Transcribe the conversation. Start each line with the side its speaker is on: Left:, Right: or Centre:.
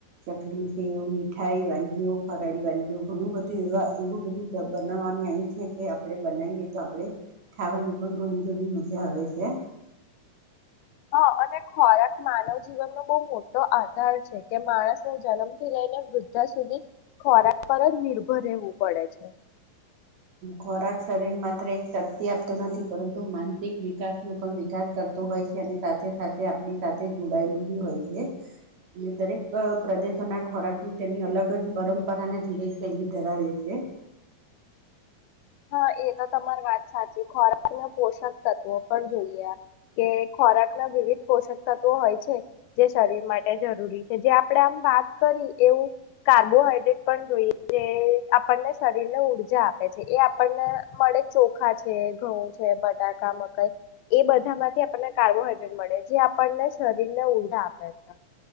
Right: ચકલી-સેવ, મીઠાઈ વાનગીયો ફરાળી વાનગી ઘણું બધું એ એવું બધું બનાવવાની આય છે કે આપણે બનાવીએ તો આપણેે ખાવાની પણ ઘણી ઘણી મજા આવે છે.
Left: હા અને ખોરાક માનવ જીવનનોો બહુ મોટો આધાર છે કે માણસને જન્મ થી લઈને વૃદ્ધા સુધી ખોરાક પર જ નિર્ભર રહેવું પડે છે.
Right: ખોરાક શરીર માત્ર એક શક્તિ આપતો નથી પરંતુ માનસિક વિકાસ ન પણ વિકાસ કરતો હોય છે અને સાથે સાથે આપણી સાથે જોડાયેલું બી હોય છે દરેક પ્રદેશોના ખોરાકનું તેની અલગ જ પરંપરાના જીવન શૈલી ધરાવે છે.
Left: હા એ તો તમારી વાત સાચી ખોરાકના પોષક તત્વો પણ જોઈએ કે ખોરાક ના વિવિધ પોષક તત્વો હોય છે જે શરીર માટે જરૂરી છે જે આપણે આમ વાત કરી એવું કાર્બોહાઈડ્રેટ પણ જોઈએ જે આપણને શરીરને ઉર્જા આપે છે એ આપને મળે જો ચોખા છે, ઘઉં છે, બટાકા, મકાઈ એ બધા માંથી આપણને કાર્બોહાઈડ્રેટ મળે જે આપણને શરીરને ઊર્જા આપે છે.